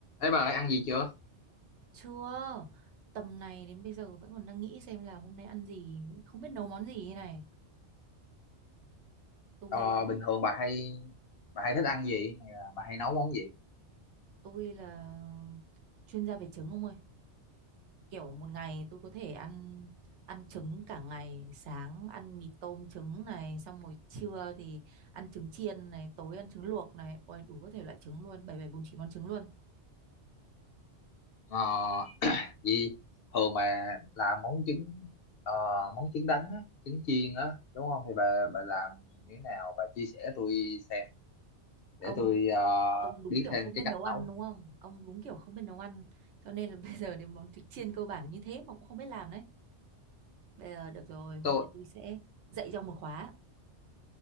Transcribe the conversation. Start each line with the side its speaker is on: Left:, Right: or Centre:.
Left: Ê bà ơi, ăn gì chưa?
Right: Chưa, tầm này đến bây giờ vẫn còn đang nghĩ xem là hôm nay ăn gì, không biết nấu món gì thế này. Tôi
Left: Ờ, bình thường bà hay bà hay thích ăn gì Hay là bà hay nấu món gì
Right: tôi là chuyên gia về trứng ông ơi. Kiểu một ngày tôi có thể ăn ăn trứng cả ngày, sáng ăn mì tôm trứng này, xong rồi trưa thì ăn trứng chiên này, tối ăn trứng luộc này, ôi đủ các thể loại trứng luôn, bảy bảy bốn chín món trứng luôn.
Left: Ờ, gì thường mà làm món trứng ờ, món trứng đánh á, trứng chiên á đúng không thì bà bà làm như thế nào bà chia sẻ tôi xem
Right: Ông
Left: để tôi ờ,
Right: ông đúng
Left: biết
Right: kiểu
Left: thêm
Right: không biết
Left: cái cách
Right: nấu ăn
Left: nấu
Right: đúng không? Ông đúng kiểu không biết nấu ăn, cho nên là <laughs> bây giờ đến món trứng chiên cơ bản như thế mà cũng không biết làm đấy. Bây giờ được rồi, hôm
Left: tôi
Right: nay tôi sẽ dạy trong một khóa.